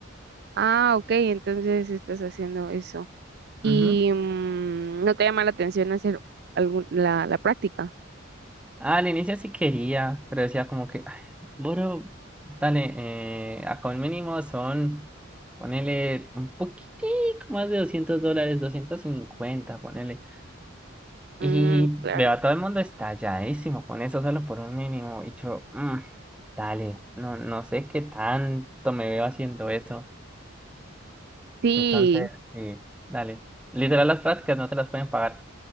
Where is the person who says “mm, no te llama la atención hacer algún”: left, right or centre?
Right